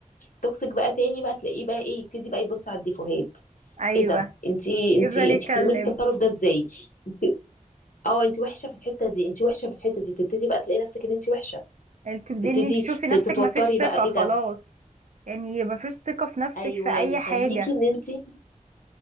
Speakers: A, on the left (about 75°); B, on the right (about 60°).
A: توكسيك بقى تاني بقى تلاقيه بقى ايه يبتدي بقى يبص على الديفوهات
B: ايوه
A: ايه ده انتي
B: يفضل
A: انتي
B: يتكلم
A: انتي بتعملي التصرف ده ازاي انتي اه انتي وحشة في الحتة دي انتي وحشة في الحتة دي تبتدي بقى تلاقي نفسك ان انتي وحشة
B: تبدي
A: تبتدي
B: انك تشوفي نفسك
A: ت- تتوتري
B: مفيش ثقة
A: بقى ايه
B: خلاص
A: ده
B: يعني مفيش ثقة في نفسك
A: ايواني
B: في اي
A: خليكي
B: حاجة
A: ان انتي